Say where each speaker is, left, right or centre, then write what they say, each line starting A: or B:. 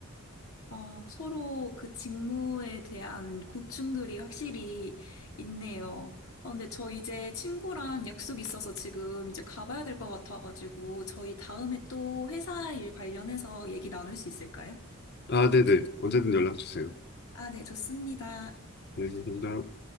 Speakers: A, on the left; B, on the left.
A: 어, 서로 그 직무에 대한 고충들이 확실히 있네요. 어, 근데 저 이제 친구랑 약속 있어서 지금 이제 가봐야 될 것 같아가지고 저희 다음에 또 회사 일 관련해서 얘기 나눌 수 있을까요?
B: 아, 네네. 언제든 연락 주세요.
A: 아, 네, 좋습니다.
B: 네, 감사합니다.